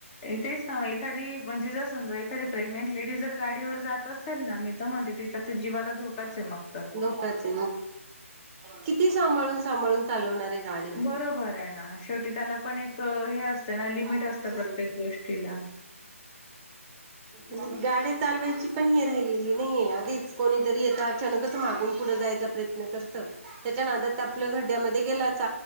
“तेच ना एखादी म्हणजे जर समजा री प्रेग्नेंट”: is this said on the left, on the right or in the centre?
Left